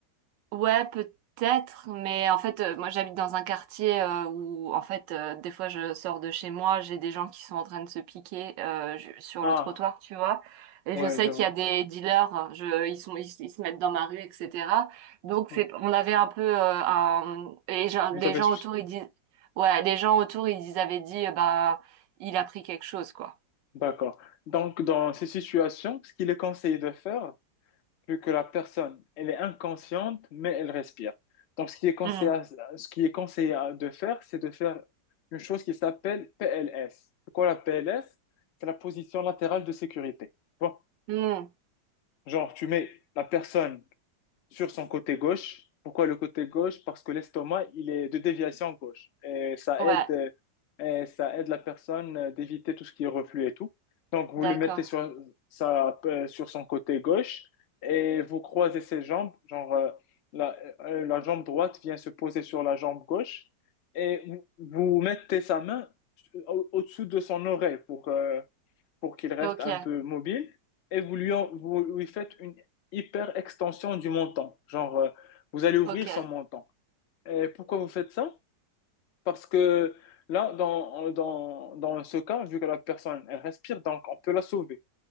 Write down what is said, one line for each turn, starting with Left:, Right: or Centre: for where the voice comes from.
Right: Ouais, peut-être, mais en fait, euh, moi j'habite dans un quartier euh, où, en fait, euh, des fois je sors de chez moi, j'ai des gens qui sont en train de se piquer euh, je- sur
Left: Ah,
Right: le trottoir, tu vois. Et
Left: ouais,
Right: je sais
Left: je vois.
Right: qu'il y a des dealers, je, ils sont, ils, ils se mettent dans ma rue, etc. Donc
Left: Ouais.
Right: c'est, on avait un peu euh, un, et je-
Left: Vous
Right: les
Left: avez
Right: gens
Left: su.
Right: autour ils disent, ouais, les gens autour ils, ils avaient dit, euh, bah, il a pris quelque chose, quoi.
Left: D'accord. Donc, dans ces situations, ce qu'il est conseillé de faire, vu que la personne, elle est inconsciente, mais elle respire. Donc, ce qui est conseillé,
Right: Hmm.
Left: à- ce qui est conseillé à- de faire, c'est de faire une chose qui s'appelle PLS. C'est quoi la PLS? C'est la position latérale de sécurité. Bon,
Right: Hmm.
Left: genre, tu mets la personne sur son côté gauche. Pourquoi le côté gauche? Parce que l'estomac, il est de déviation gauche. Et ça
Right: Ouais,
Left: aide, euh, et ça aide la personne euh, d'éviter tout ce qui est reflux et tout. Donc, vous
Right: d'accord.
Left: le mettez sur, ça, euh, sur son côté gauche et vous croisez ses jambes. Genre, euh, la, euh, la jambe droite vient se poser sur la jambe gauche et vous, vous mettez sa main au- au-dessous de son oreille pour, euh, pour qu'il reste
Right: Ok,
Left: un peu mobile et vous lui, en- vous lui faites une hyper extension du montant. Genre, euh, vous allez ouvrir
Right: ok,
Left: son montant. Et pourquoi vous faites ça? Parce que là, dans, dans, dans ce cas, vu que la personne, elle respire, donc on peut la sauver.